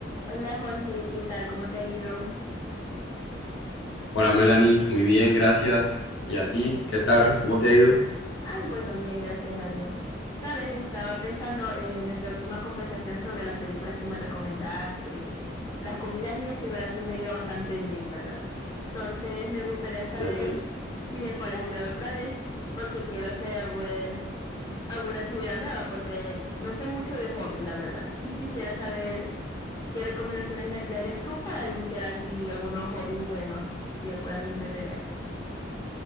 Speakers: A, on the left; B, on the left.
A: Hola Jorge, ¿qué tal? ¿Cómo te ha ido?
B: Hola Melanie, muy bien, gracias. ¿Y a ti? ¿Qué tal? ¿Cómo te ha ido?
A: Ay, bueno, bien, gracias a Dios. Sabes, estaba pensando en nuestra última conversación sobre las películas que me recomendaste, las comidas y eso, y verdad que me ha ido bastante bien, ¿verdad? Entonces, me gustaría saber
B: Ok,
A: si me puedes ayudar otra vez, porque quiero hacer bueno, alguna actividad nueva, porque no soy mucho de hobbies, la verdad. Y quisiera saber qué recomendaciones me darías tú para iniciar así algunos hobbies buenos que me puedan entretener.